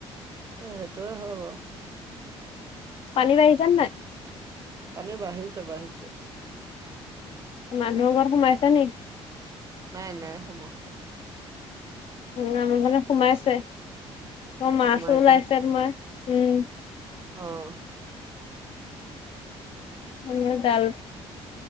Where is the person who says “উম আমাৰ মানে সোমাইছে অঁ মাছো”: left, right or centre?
Left